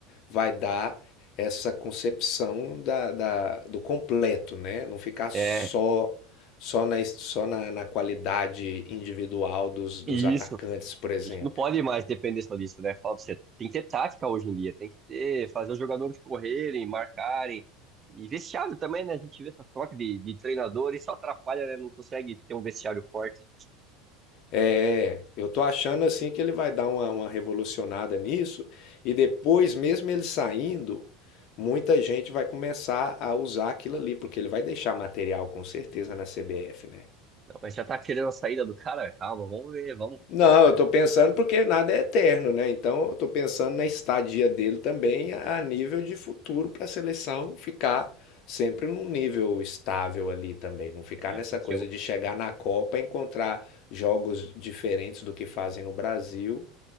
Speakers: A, on the left; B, on the right.
A: vai dar essa concepção da, da- do completo, né? Não ficar só
B: É,
A: só na, só na, na qualidade individual dos, dos
B: isso.
A: atacantes, por exemplo.
B: A gente não pode mais depender só disso, né? Fala pra você, tem que ter tática hoje em dia, tem que ter, fazer os jogadores correrem, marcarem. E vestiário também, né? A gente vê essa troca de, de treinador e só atrapalha, né? Não consegue ter um vestiário forte.
A: É, eu tô achando assim que ele vai dar uma, uma revolucionada nisso, e depois, mesmo ele saindo, muita gente vai começar a usar aquilo ali, porque ele vai deixar material com certeza na CBF, né?
B: Não, mas já tá querendo a saída do cara? Calma, vamos ver, vamos.
A: Não,
B: <laughs>
A: eu tô pensando porque nada é eterno, né? Então eu tô pensando na estadia dele também a nível de futuro para a seleção ficar sempre num nível estável ali também, não ficar
B: É,
A: nessa
B: porque
A: coisa
B: eu-
A: de chegar na Copa e encontrar jogos diferentes do que fazem no Brasil